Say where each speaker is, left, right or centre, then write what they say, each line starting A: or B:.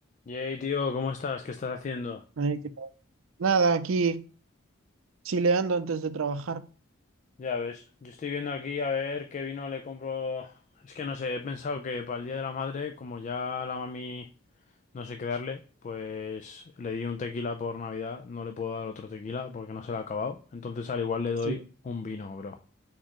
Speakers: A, on the left (about 35°); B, on the right (about 80°).
A: Yay, tío, ¿cómo estás? ¿Qué estás haciendo?
B: Ay, qué padre. Nada, aquí chileando antes de trabajar.
A: Ya ves, yo estoy viendo aquí a ver qué vino le compro. Es que no sé, he pensado que para el Día de la Madre, como ya la mami no sé qué darle, pues le di un tequila por Navidad, no le puedo dar otro tequila porque no se lo ha acabado. Entonces al igual le doy
B: Sí,
A: un vino, bro,